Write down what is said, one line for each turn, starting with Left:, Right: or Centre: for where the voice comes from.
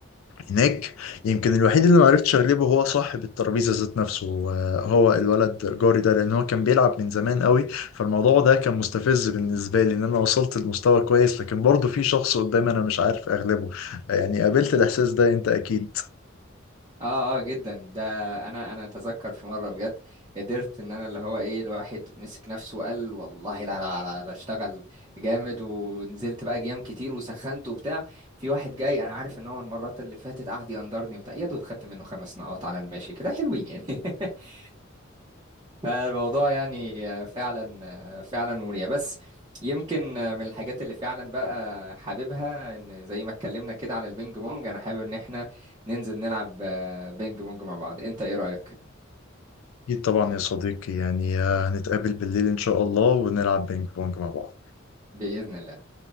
Left: هناك يمكن الوحيد اللي ما عرفتش اغلبه هو صاحب الترابيزه ذات نفسه آه، هو الولد جاري ده لان هو كان بيلعب من زمان قوي فالموضوع ده كان مستفز بالنسبه لي ان انا وصلت لمستوى كويس لكن برضه في شخص قدامي انا مش عارف اغلبه يعني قابلت الاحساس ده انت اكيد
Right: اه اه جدا ده انا انا اتذكر في مره بجد قدرت ان انا اللي هو ايه الواحد مسك نفسه وقال والله لا لا لا, لا اشتغل جامد ونزلت بقى جيام كتير وسخنت وبتاع في واحد جاي انا عارف ان هو المرات اللي فاتت قعد يقندرني وبتاع يا دوب خدت منه خمس نقاط على الماشي كده حلوين يعني <laughs> فالموضوع يعني فعلا فعلا مريع بس يمكن من الحاجات اللي فعلا بقى حاببها ان زي ما اتكلمنا كده عن البينج بونج انا حابب ان احنا ننزل نلعب بينج بونج مع بعض انت ايه رأيك
Left: اكيد طبعا يا صديقي يعني آه، هنتقابل بالليل ان شاء الله ونلعب بينج بونج مع بعض
Right: بإذن الله